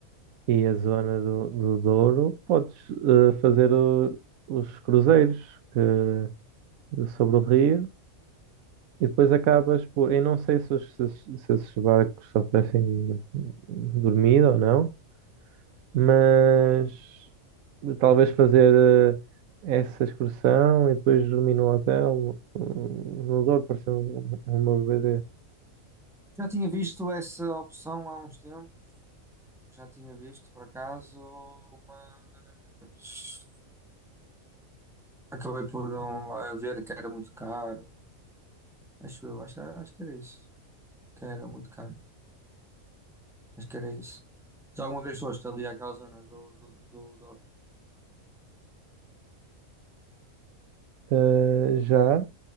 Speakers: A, on the right; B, in the centre.
A: e a zona do, do Douro, podes eh, fazer o- os cruzeiros que- sobre o rio e depois acabas por. Eu não sei se, os- se, os- se esses barcos oferecem hum, dormida ou não, mas talvez fazer eh, essa excursão e depois dormir no hotel, no no Douro, pareceu uma BD.
B: Já tinha visto essa opção há uns tempos. Já tinha visto, por acaso, mas acabei por não eh, ver que era muito caro. Acho eu, acho, acho que era isso. Que era muito caro. Acho que era isso. Já alguma vez foste ali àquela zona do, do, do Douro?
A: Eh, já